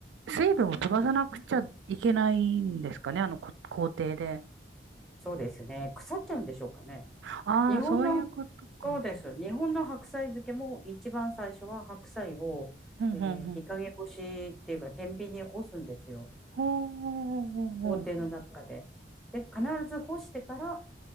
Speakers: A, on the right; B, in the centre.
A: 水分を飛ばさなくちゃいけないんですかね、あのこ工程で。
B: そうですね。腐っちゃうんでしょうかね。
A: ああ、
B: 日本の、
A: そういうことか。
B: そうです。日本の白菜漬けも一番最初は白菜を、
A: うん、
B: えー日陰干しっていうか天秤に干すんですよ。
A: うん、うん。ほうほうほうほう
B: 工程の中で。で、必ず干してから